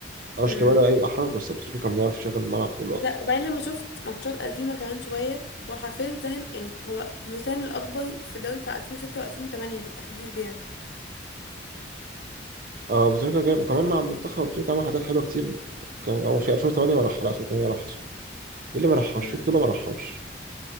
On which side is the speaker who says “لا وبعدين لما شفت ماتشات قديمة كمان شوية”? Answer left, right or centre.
Left